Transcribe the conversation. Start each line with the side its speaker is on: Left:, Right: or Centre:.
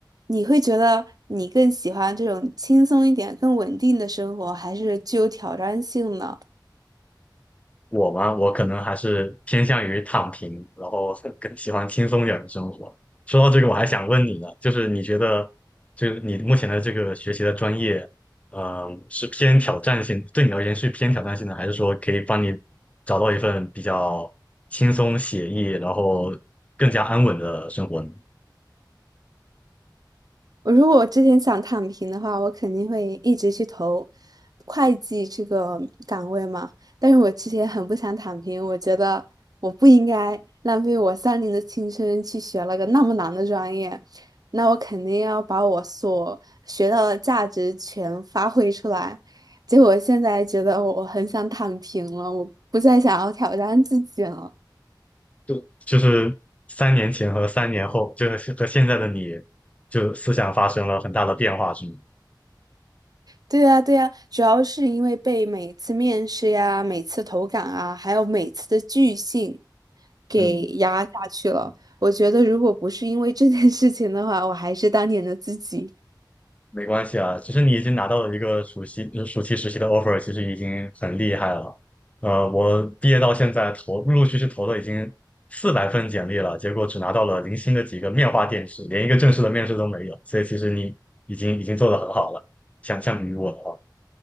Right: 你会觉得你更喜欢这种轻松一点、更稳定的生活，还是具有挑战性呢？
Left: 我嘛，我可能还是偏向于躺平，然后 <laughs> 更喜欢轻松一点的生活。说到这个，我还想问你呢，就是你觉得，就是你目前的这个学习的专业，嗯，是偏挑战性，对你而言是偏挑战性的，还是说可以帮你找到一份比较轻松写意，然后更加安稳的生活呢？
Right: 我如果我之前想躺平的话，我肯定会一直去投会计这个岗位嘛。但是我之前很不想躺平，我觉得我不应该浪费我三年的青春去学了个那么难的专业，那我肯定要把我所学到的价值全发挥出来。结果现在觉得我我很想躺平了，我不再想要挑战自己了。
Left: 就就是三年前和三年后，就是和现在的你，就思想发生了很大的变化，是吗？
Right: 对呀，对呀，主要是因为被每次面试呀、每次投稿啊，还有每次的拒信给压下去了。
Left: 嗯，
Right: 我觉得如果不是因为这件事情的话，我还是当年的自己。
Left: 没关系啊，其实你已经拿到了一个暑期呃暑期实习的 offer，其实已经很厉害了。呃，我毕业到现在投陆陆续续投了已经四百份简历了，结果只拿到了零星的几个面化电视，连一个正式的面试都没有。所以其实你已经已经做得很好了，想相比于我的话。